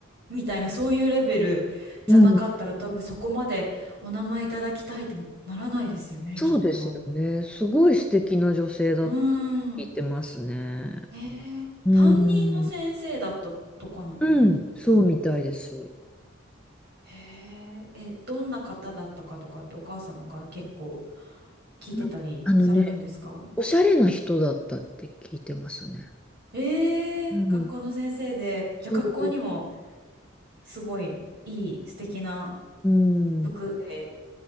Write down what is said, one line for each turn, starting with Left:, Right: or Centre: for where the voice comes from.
Right: みたいなそういうレベルじゃなかったら多分そこまでお名前いただきたいってならないですよね、
Centre: うん。そうですよね。
Right: きっと。
Centre: すごい素敵な女性だったっ
Right: う
Centre: て聞いてますね。
Right: ん。えー、
Centre: うん。
Right: 担任の先生だったとかなんですか
Centre: うん、そうみたいです。
Right: へええ、どんな方だったかとかってお母様から結構聞いてたりされるんですか
Centre: なあのね、おしゃれな人だったって聞いてますね。
Right: ええ学校の先生で、
Centre: うん。そう。
Right: じゃあ学校にもすごいいい素敵な
Centre: うん。
Right: 服で